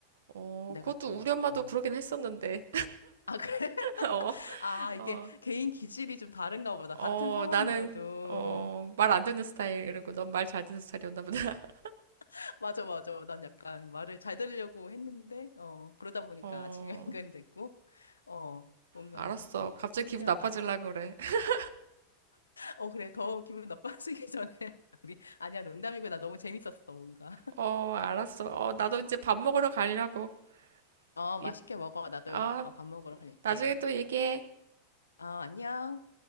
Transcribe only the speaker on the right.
어,
그것도
우리 엄마도
그러긴 했었는데.
<laughs> 어,
어,
어,
나는 어, 말 안 듣는 스타일 그리고 넌 말 잘 듣는 스타일이었나 보다. <laughs>
어,
알았어. 갑자기
기분 나빠지려고 그래. <laughs>
어, 알았어. 어, 나도 이제 밥 먹으러 가려고.
이,
아,
나중에 또 얘기해.